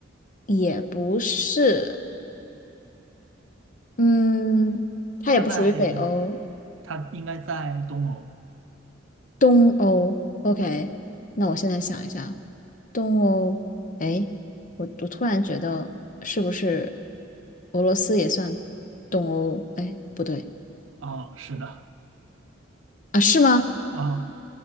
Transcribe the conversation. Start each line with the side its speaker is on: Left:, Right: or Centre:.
Left: 也不是。嗯，它也不属于北欧，
Right: 他在他应该在东欧
Left: 东欧。OK，那我现在想一下，东欧。哎，我我突然觉得是不是俄罗斯也算东欧？哎，不对
Right: 啊、是的
Left: 啊，是吗？
Right: 啊、